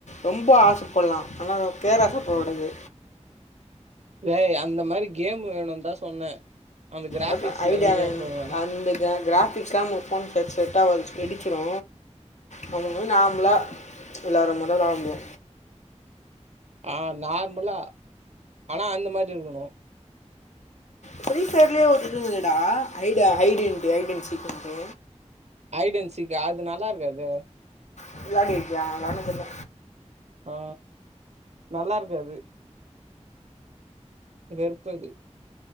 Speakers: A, on the left (about 70°); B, on the right (about 65°).
A: ரொம்ப ஆசைப்பட்லா ஆனா கேராச பட கூடாது
B: வேய் அந்த மாரி கேம் வேணுந்தா சொன்னே அந்த கிராபிக்ஸ்ல
A: அதா ஐடியா
B: எல்லா கேக்கல
A: வேணு
B: நானு
A: அந்தக்க கிராபிக்ஸ் ஹமு போன்கு அது செட்டாவாது வெடிச்சிரு நம்பள மாரி நார்மலா விளாடுற மாரி தா விளாட முடியு
B: ஆ நார்மலா ஆனா அந்த மாரி இருக்கணு
A: ஃப்ரி ஃபையர்லே ஒரு இது இருக்குடா ஐடா ஐடன்டி ஐட் அன் சீக்குன்டு
B: ஐடன் சிக்கா அது நல்லா இருக்காதே
A: ஃபுல்லா கேட்டியா நல்லது இல்ல
B: ஆ நல்லா இருக்காது வெறுப்பது